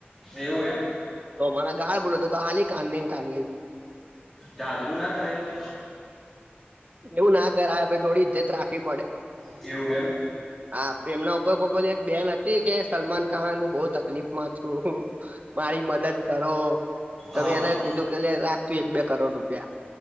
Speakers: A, in the centre; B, on the right (about 40°).
A: એવું એમ
B: તો મને ગાળ બોલ્યો તો તો આલી કાનની કાનની
A: જાજરૂ ના કરાય દવ.
B: એવું ના કરાય આપડે થોડી ઇજ્જત રાખવી પડે.
A: એવું એમ
B: હા એમના ઉપર કોઈ એક બેન નથી. કે સલમાન ખાનું બોવ તકલીફમાં છું મારી મદદ કરો તમે
A: હા
B: એને
A: હા
B: કીધું કેલે રાખતું એક બે કરોડ રૂપિયા